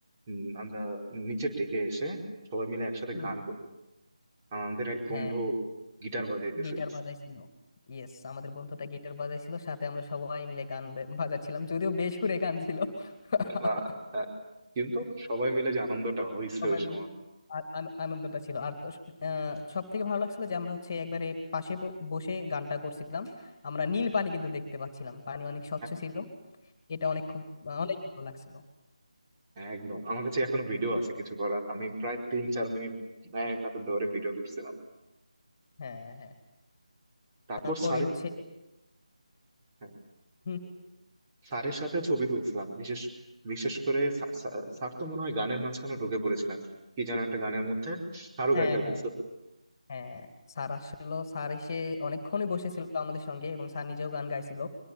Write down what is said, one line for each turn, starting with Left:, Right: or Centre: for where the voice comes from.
Right: উম, আমরা নিচে ডেকে এসে সবাই মিলে একসাথে
Left: হুম
Right: গান করি আমাদের এক বন্ধু
Left: হ্যাঁ
Right: গিটার বাজাইতেছিল
Left: গিটার বাজাইছিল ইয়েস আমাদের বন্ধুটা গিটার বাজাইছিল সাথে আমরা সবাই মিলে গান বে- বাজাচ্ছিলাম যদিও বেসুরে গান ছিল <laughs>
Right: না আহ, কিন্তু সবাই মিলে যে আনন্দটা হয়েছে
Left: সবাই
Right: ওই সময়
Left: মিলে আ- আন- আনন্দটা ছিল আর তো সব থেকে ভালো লাগছিল যে আমরা হচ্ছে একবারে পাশে ব- বসে গানটা করছিলাম আমরা নীল পানি কিন্তু দেখতে পাচ্ছিলাম পানি অনেক স্বচ্ছ
Right: হ্যাঁ
Left: ছিল এটা অনেক খুব অনেক ভালো লাগছিল
Right: হ্যাঁ, একদম আমার কাছে এখনো ভিডিও আছে কিছু করা আমি প্রায় তিন চার মিনিট এক হাতে ধরে ভিডিও করছিলাম
Left: হ্যাঁ হ্যাঁ
Right: তারপর
Left: তারপরে
Right: স্যারের
Left: হচ্ছে
Right: হ্যাঁ,
Left: হুম,
Right: স্যারের সাথে ছবি তুলছিলাম বিশেষ বিশেষ করে স্যার স্যার- স্যার তো মনে হয় গানের মাঝখানে ঢুকে পড়েছিলেন কি যেন একটা গানের মধ্যে স্যারও
Left: হ্যাঁ
Right: গাইতে লাগছে
Left: হ্যাঁ হ্যাঁ স্যার আসলো স্যার এসে অনেকক্ষণই বসেছিল আমাদের সঙ্গে এবং স্যার নিজেও গান গাইছিল